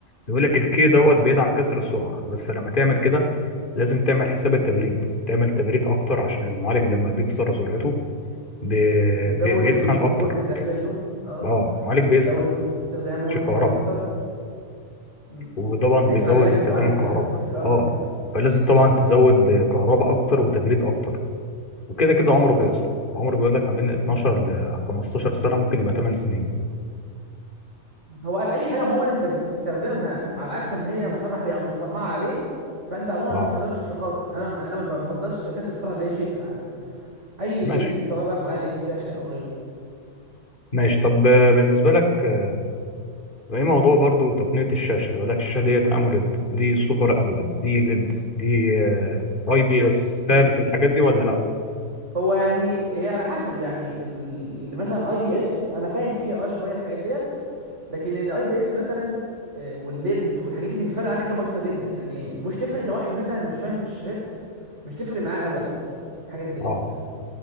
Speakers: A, on the left (about 45°); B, on the right (about 75°).
A: يقول لك الكي دوت بيدعم كسر السرعه بس لما تعمل كده لازم تعمل حساب التبريد تعمل تبريد اكتر عشان المعالج لما بيكسر سرعته بي...
B: بتزود
A: بي... بيسخن
B: ايه الفولت
A: اكتر
B: اللي داخل له اه
A: اه المعالج
B: فبيزود
A: بيسخن
B: استخدامه
A: مش
B: واستهلاكه
A: الكهرباء
B: اكتر مم.
A: وطبعا
B: بيتعب
A: بيزود
B: يعني
A: استخدام
B: المعالج
A: الكهرباء
B: بيتعب بشكل اكبر
A: اه فلازم طبعا تزود بكهرباء اكتر وتبريد اكتر وكده كده عمره
B: بالظبط
A: بيقصر عمره بيقول لك ما بين 12 ل 15 سنه ممكن يبقى 8 سنين
B: هو قال اي حاجه عموما انت بتستخدمها على عكس ما هي مصرح بيها او متصنعه عليه فانت عموما
A: اه
B: بتستخدمها بشكل خاطئ انا ما- انا ما بفضلش تكسر السرعه لاي شيء في العالم اي
A: ماشي
B: شيء سواء بقى معالج شاشه او غيره
A: ماشي طب آه، بالنسبه لك آه، ايه موضوع برضو تقنيه الشاشه يقول لك الشاشه ديت اموليد دي سوبر اموليد دي ليد دي آه، اي بي اس فاهم في الحاجات دي ولا لا
B: هو يعني هي على حسب يعني ال- مثلا الاي بي اس انا فاهم فيها اه شويه في الحاجات ديت لكن الاي بي اس مثلا آه، والليد والحاجات دي بيتفرق عنها حاجات بسيطه جدا يعني مش تفرق كواحد مثلا مش فاهم في الشاشات مش تفرق معاه قوي على فكره الحاجات دي
A: اه